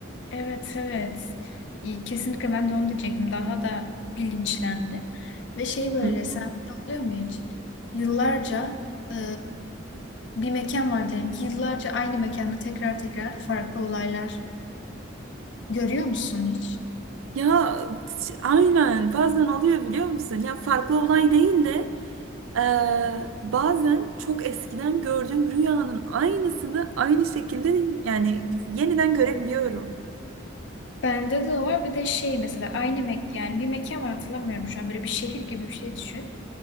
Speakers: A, on the left (about 60°); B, on the right (about 80°).
A: Evet evet. İyi, Kesinlikle ben de onu diyecektim. Daha da bilinçlendim. Ve şey böyle
B: Hı.
A: sende de oluyor mu hiç? Yıllarca e, bir mekan var diyelim ki yıllarca aynı mekanda tekrar tekrar farklı olaylar görüyor musun hiç?
B: Ya aynen bazen oluyor biliyor musun? Ya farklı olay değil de eee, bazen çok eskiden gördüğüm rüyanın aynısını aynı şekilde yani yeniden görebiliyorum.
A: Bende de var bir de şey mesela aynı mek yani bir mekan var hatırlamıyorum şu an böyle bir şehir gibi bir şey düşün.